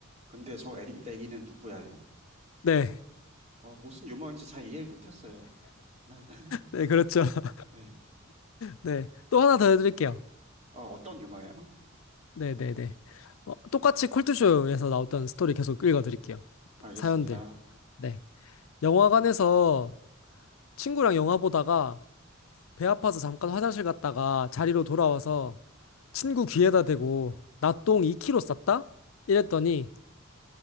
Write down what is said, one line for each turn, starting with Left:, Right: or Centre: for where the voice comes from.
Right: 근데 저 애기, 애기는 누구야요?
Left: 네.
Right: 어, 무슨 유머인지 잘 이해 못했어요. <laughs>
Left: 네, 그렇죠. <laughs>
Right: 네,
Left: 네. 또 하나 더 해드릴게요.
Right: 어, 어떤 유머예요?
Left: 네, 네, 네. 어, 똑같이 콜투쇼에서 나왔던 스토리 계속 읽어드릴게요.
Right: 알겠습니다.
Left: 사연들. 네. 영화관에서 친구랑 영화 보다가 배 아파서 잠깐 화장실 갔다가 자리로 돌아와서 친구 귀에다 대고 나 똥2 k 로 쌌다? 이랬더니